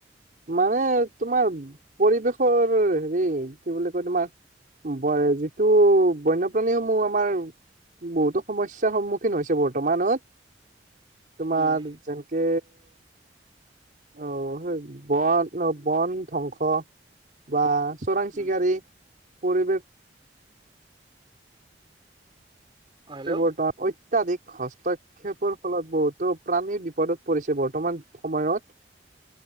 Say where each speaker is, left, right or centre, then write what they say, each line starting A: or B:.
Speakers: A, on the right (about 50°); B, on the right (about 30°).
A: মানে তোমাৰ পৰিৱেশৰ হেৰি কি বুলি কয় তোমাৰ যিটো বন্যপ্ৰাণী সমূহ আমাৰ বহুতো সমস্যয়াৰ সন্মুখীন হৈছে বৰ্তমানত তোমাৰ
B: উম
A: জেনকে অ হেই বন বন ধ্বংস বা চুৰাং
B: উম
A: চিকাৰি পৰিৱেশ
B: অ হেল্ল'
A: পৰিৱৰ্তন অত্যাধিক হস্তক্ষেপৰ ফলত বহুতো প্ৰাণী বিপদত পৰিছে বৰ্তমান সময়ত